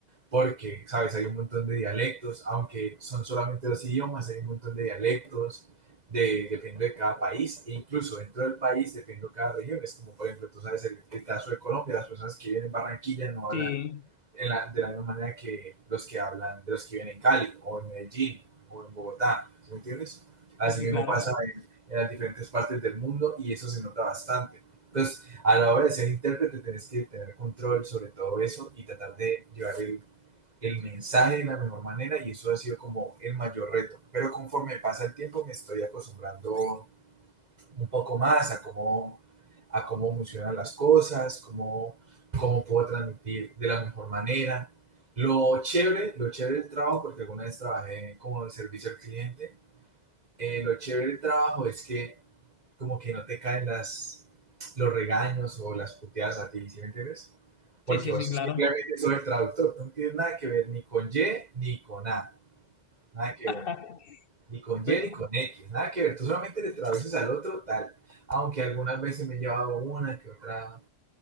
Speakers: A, on the right; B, on the left.
A: porque, ¿sabes? Hay un montón de dialectos, aunque son solamente los idiomas, hay un montón de dialectos, de, depende de cada país, e incluso dentro del país depende de cada región. Es como, por ejemplo, tú sabes el, el caso de Colombia, las personas que viven en Barranquilla no
B: Sí.
A: hablan en la, de la misma manera que los que hablan, de los que viven en Cali, o en Medellín, o en Bogotá, ¿sí ¿me entiendes? Así
B: Sí, sí,
A: mismo
B: claro.
A: pasa en, en las diferentes partes del mundo y eso se nota bastante. Entonces, a la hora de ser intérprete, tienes que tener control sobre todo eso y tratar de llevar el el mensaje de la mejor manera y eso ha sido como el mayor reto. Pero conforme pasa el tiempo me estoy acostumbrando un poco más a cómo, a cómo funcionan las cosas, cómo, cómo puedo transmitir de la mejor manera. Lo chévere, lo chévere del trabajo, porque alguna vez trabajé como servicio al cliente, eh, lo chévere del trabajo es que como que no te caen las, los regaños o las puteadas a ti, ¿sí me entiendes?
B: Sí,
A: Porque
B: sí,
A: vos
B: sí, claro.
A: simplemente sos el traductor, tú no tienes nada que ver ni con Y ni con A, nada que
B: <laughs>
A: ver, ni con
B: Ve-
A: Y ni con X, nada que ver, tú solamente le traduces al otro tal, aunque algunas veces me he llevado una que otra,